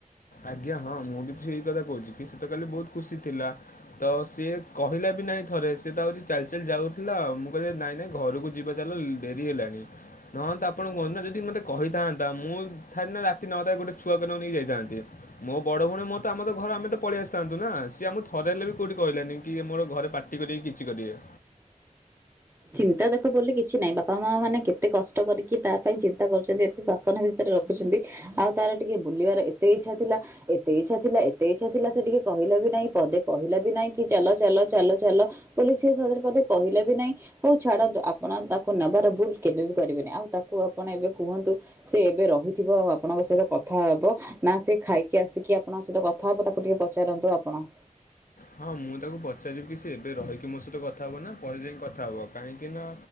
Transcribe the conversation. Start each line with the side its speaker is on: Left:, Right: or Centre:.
Left: ଆଜ୍ଞା ହଁ ମୁଁ ବି ତ ସେଇ କଥା କହୁଛି କି ସେ ତ କାଲି ବହୁତ ଖୁସି ଥିଲା ତ ସିଏ କହିଲା ବି ନାହିଁ ଥରେ ସେ ତ ଆଉରି ଚାଲି ଚାଲି ଯାଉଥିଲା ଆଉ ମୁଁ ନାଇଁ ନାଇଁ ଘରକୁ ଯିବା ଚାଲ ଡେରି ହେଲାଣି ନହ ତ ଆପଣ କହନ୍ତୁ ନା ଯଦି ମତେ କହି ଥାନ୍ତା ମୁଁ ଥରେି ନା ରାତି ନଅଟାରେ ଗୋଟେ ଛୁଆ କ ନକୁ ନେଇି ଯାଇଥାନ୍ତି। ମୋ ବଡ ଭଉଣୀ ମତ ତ ଆମର ଘର ଆମ ତ ପଳଆ ଆସିଥାନ୍ତୁ ନା ସିଏମ ଥରେ ହେଲେ ବି କୋଉଠି କହିଲାନି କି ମୋର ଘରେ ପା କଟି କରିକି କିଛି କରିବେ।
Right: ଚିନ୍ତା ଦେଖ ବ କିଛି ନାହିଁ ବାପା ମା ମାନେ କେତେ କଷ୍ଟ କରିକି ତା ପାଇଁ ଚିନ୍ତା କରୁଛନ୍ତି। ଏ ଶାସନ ଭିତରେ ରଖୁଛନ୍ତି ଆଉ ତାର ଟିକେ ବୁଲିବାର ଏତେ ଇଚ୍ଛା ଥିଲା। ଏତେ ଇଚ୍ଛା ଥିଲା ଏତେ ଇଚ୍ଛା ଥିଲା ସେ ଟିକେ କହିଲା ବି ନାହିଁ ପଦେ କହିଲା ବି ନାହିଁ କି ଚାଲ ଚାଲ ଚାଲ ଚାଲ ପୋଲିସ ସିଏ ସଦରେ ପଧେ କହିଲେ ବି ନାଇଁ ହଉ ଛାଡନ୍ତୁ ଆପଣ ତାକୁ ନେବାର ଭୁଲ କେବେ ବି କରିବେନି ଆଉ ତାକୁ ଆପଣ ଏବେ କୁହନ୍ତୁ। ସେ ଏବେ ରହିଥିବ ଆଉ ଆପଣଙ୍କ ସହିତ କଥା ହବ। ନା ସେ ଖାଇକି ଆସିକି ଆପଣଙ୍କ ସହିତ କଥା ହବ ତାକୁ ଟିକେ ପଚାରନ୍ତୁ ଆପଣ
Left: ହଁ ମୁଁ ତାକୁ ପଚାରିବି ସେ ଏବେ ରହିକି ମୋ ସହିତ କଥା ହବ ନା ପରେ ଯାଇକି କଥା ହବ କାହିଁକି ନା